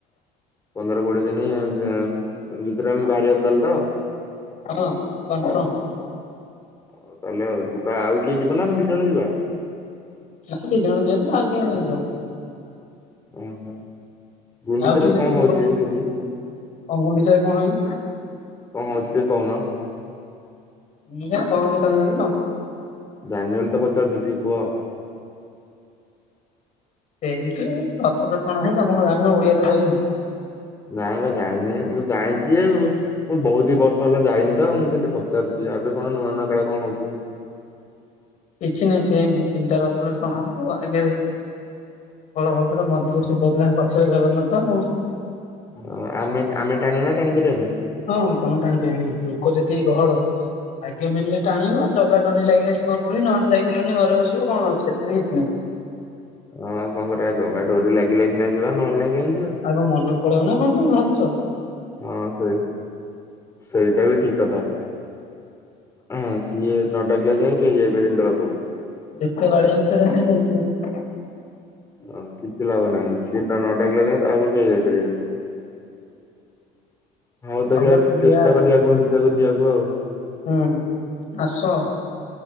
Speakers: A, on the left; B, on the left.
A: ପନ୍ଦର କୋଡିଏ ଦିନି, <unintelligible> ଭିତରେ ଆମେ ବାହାରିବା ତାହେଲେ ତ?
B: ହଁ କନଫର୍ମ।
A: ହଉ ତାହେଲେ ଆଉ ଯିବା, ଆଉ କିଏ ଯିବା ନା? ଆମେ ଦି ଜଣ ଯିବା।
B: ଦିଇ ଜଣ ଯିଅନି, ଆଉ କେହି ନେଇଯିବ?
A: ଓହୋ, ଗୁଣ୍ଡିଚରେ
B: ଆଉ କିଏ ଯଦି
A: କଣ
B: ଯିବ
A: ହଉଚି କି ସେଠି?
B: ଆଉ ଗୁଣ୍ଡିଚାରେ କଣ ହେଇ
A: କଣ ହଉଚି ଟିକେ କହୁନ?
B: ମୁଁ ଯାହା କହୁଚି ତମେ ଜାଣିନ?
A: ଜାଣିନି ବୋଲି ତ ପଚାରୁଚି, ଟିକେ କୁହ?
B: ସେମିତି ରଥ ତ ଟଣା ହୁଏ, ତମେ କଣ ଜାଣିନ ଓଡିଆ ଲୋକ ହେଇକି।
A: ନାଇଁ ବା ଜାଣିନି, ମୁଁ ଜାଣିଛି ଆଉ, ମୁଁ ବହୁତ ଦି ବର୍ଷ ହେଲା ଯାଇନି ତ, ମୁଁ ସେମତି ପ ପଚାରୁଚି, ଆ ଏବେ କଣ ନୂଆ ନୂଆ କାଳେ କଣ ହଉଥିବ?
B: କିଛି ନାହିଁ ସେମିତି, ତିନିଟା ରଥଟା ଟଣା ହବ ଆଉ ଆଗରେ? ବଳଭଦ୍ର, ମଝିରେ ସୁଭଦ୍ରା, ପଛରେ ଜଗନ୍ନାଥ ଆଉ।
A: ଓ ଆମେ ଆମେ ଟାଣିବା, ନା ଟାଣିପାରିବାନି।
B: ହଁ ତମେ ଟାଣିପାରବ ହେଣିକି, ଲୋକ ଯେତିକି ଗହଳ
A: <inaudible>
B: ଆଜ୍ଞା ମିଳିଲେ ଟାଣିବ, ଜଗା ଡୋରି ଲାଗିଲେ ଯିବ ପୁରି, ନହେଲେ ଯାଇପାରିବନି, ଘରେ ବସିବ, କଣ ଅଛି, ସେଥିରେ କିଛି ନାହିଁ।
A: ହଁ ଆଉ କଣ କରିବା, ଜଗା ଡୋରି ଲାଗିଲେ ସିନା ଯିବା, ନହେଲେ ନାଇଁ କାହିଁ ଯିବା?
B: ଆଉ କଣ ମନକୁ ପଳେଇବ ନା କଣ ତମେ ଭାବୁଚ?
A: ହଁ ସେଇ, ସେଇଟା ବି ଠିକ୍ କଥା। ହଁ ସିଏ ନଡାକିଲା ଯାଏଁ, କେହି ଯାଇ ପାରିବେନି ତାପାଖକୁ।
B: ଯେତେ ବାଡ଼େଇ କଚାଡି ହେଲେ ଯାଇପାରିବନି।
A: ହଁ କିଛି ଲାଭ ନାହିଁ, ସିଏ ନ ଡାକିଲା ଯାଏଁ, ତା ପାଖକୁ କେହି ଯାଇପାରିବେନି। ହଉ ଦେଖିବା
B: ଅଲଗା ଯିବା
A: ଚେଷ୍ଟା
B: ଆଉ।
A: କରିବା ଗୁଣ୍ଡିଚାକୁ ଯିବାକୁ ଆଉ।
B: ହୁଁ, ଆସ।